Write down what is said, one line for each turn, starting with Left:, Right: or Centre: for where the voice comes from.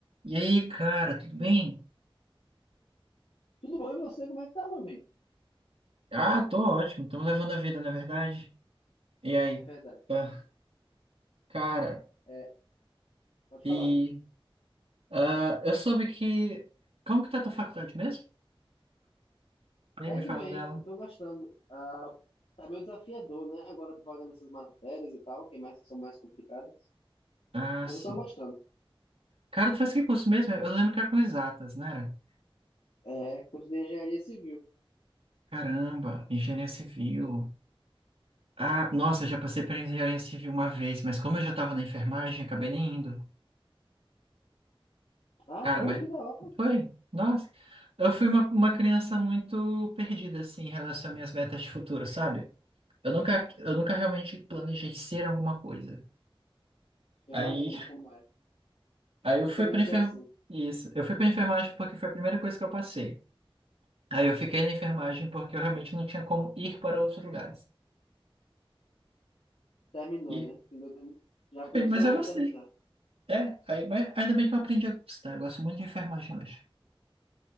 Right: E aí, cara, tudo bem?
Left: Tudo bom? E você, como é que tá, meu amigo?
Right: Ah, tô ótimo, estamos levando a vida, na verdade. E aí?
Left: É verdade.
Right: Ah, cara,
Left: É, pode
Right: e
Left: falar.
Right: ah, eu soube que. Como que tá a tua faculdade mesmo? E aí,
Left: Tá
Right: me
Left: indo
Right: fala
Left: bem,
Right: dela.
Left: eu tô gostando. Ah, tá meio desafiador, né? Agora eu tô pagando essas matérias e tal, que é mais que são mais complicadas.
Right: Ah,
Left: Mas
Right: sim.
Left: eu tô gostando.
Right: Cara, tu faz que curso mesmo? Eu lembro que era com exatas, né? era?
Left: É, curso de engenharia civil.
Right: Caramba, engenharia civil. Ah, nossa, já passei por engenharia civil uma vez, mas como eu já tava na enfermagem, acabei nem indo.
Left: Ah,
Right: Cara,
Left: foi?
Right: mas
Left: Que da hora.
Right: foi, nossa. Eu fui uma, uma criança muito perdida, assim, em relação às minhas metas de futuro, sabe? Eu nunca, eu nunca realmente planejei ser alguma coisa.
Left: Eu
Right: Aí,
Left: imagino como é.
Right: aí eu
Left: Eu
Right: fui
Left: também
Right: para
Left: sou
Right: enfermagem.
Left: assim.
Right: Isso. Eu fui para enfermagem porque foi a primeira coisa que eu passei. Aí eu fiquei na enfermagem porque eu realmente não tinha como ir para outros lugares.
Left: Terminou,
Right: E
Left: né? Ainda tem- Já
Right: foi,
Left: começou,
Right: mas eu
Left: vamos
Right: gostei.
Left: terminar.
Right: É, aí, mas ainda bem que eu aprendi a gostar. Eu gosto muito de enfermagem hoje.